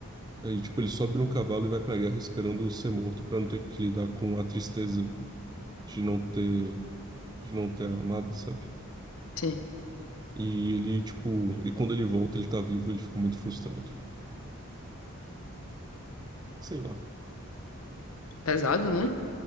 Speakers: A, on the right; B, on the left.
A: Aí, tipo, ele sobe no cavalo e vai pra guerra esperando ser morto pra não ter que lidar com a tristeza de não ter, de não ter a amada, sabe?
B: sim.
A: E ele, tipo, e quando ele volta, ele tá vivo, ele fica muito frustrado. Sei lá,
B: Pesado, né?